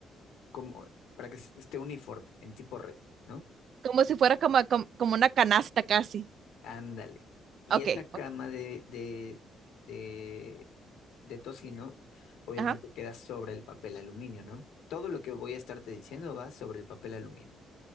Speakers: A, on the left; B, on the right.
A: como para que s- esté uniforme, en tipo red, ¿no?
B: como si fuera como, como, como una canasta casi.
A: Ándale. Y
B: Ok,
A: esta cama
B: ok,
A: de, de, de, de tocino, obviamente
B: ajá.
A: queda sobre el papel aluminio, ¿no? Todo lo que voy a estarte diciendo va sobre el papel aluminio.